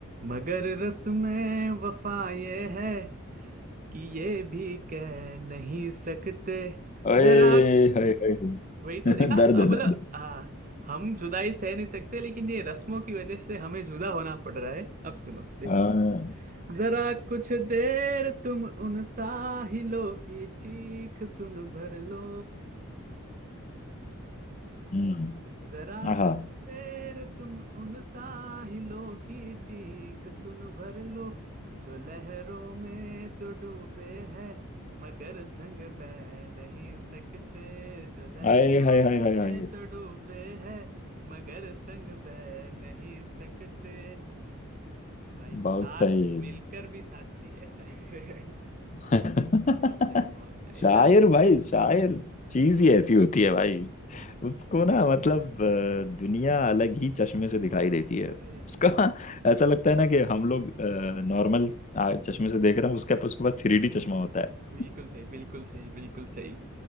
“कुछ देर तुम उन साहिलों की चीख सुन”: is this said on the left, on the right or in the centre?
Right